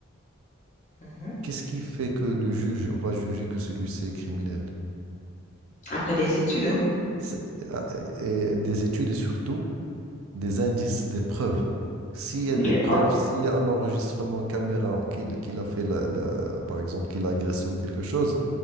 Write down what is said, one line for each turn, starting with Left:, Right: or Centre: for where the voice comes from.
Left: Mhm.
Right: qu'est-ce qui fait que le juge va juger que celui-ci est criminel?
Left: Après des études, hein.
Right: C'est- ah, et- et des études et surtout des indices, des preuves. S'il y
Left: Oui,
Right: a des
Left: les-
Right: preuves,
Left: en-
Right: s'il y a un enregistrement caméra qu'il qu'il a fait, la- la- par exemple, qu'il a agressé ou quelque chose,